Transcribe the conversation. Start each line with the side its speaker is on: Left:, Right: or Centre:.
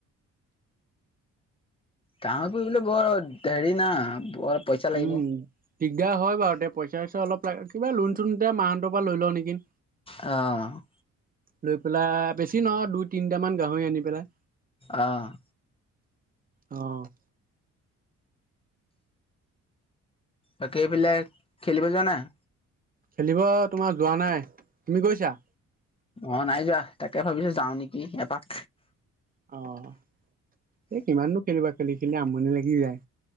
Left: কাহৰ ফুবলে বৰ হেৰি না বৰ পইচা লাগিব
Right: উম, দিগদাৰ হয় বাৰু তে পইচা চইচা অলপ কিবা লোন চোনতিয়া মাহঁতৰ পৰা লৈ লওঁ নেকি।
Left: অ'।
Right: লৈ পেলাই বেছি নহয় দুই তিনিটামান গাহৰি আনি পেলাই
Left: অ'।
Right: অ'।
Left: বাকীফালে খেলিব যোৱা নাই?
Right: খেলিব তোমাৰ যোৱা নাই, তুমি গৈছা?
Left: অ' নাই যোৱা তাকে ভাবিছো যাওঁ নেকি এপাক।
Right: অ' এই কিমান দ খেলিবা খেলি কিন্তি আমনি লাগি যায়।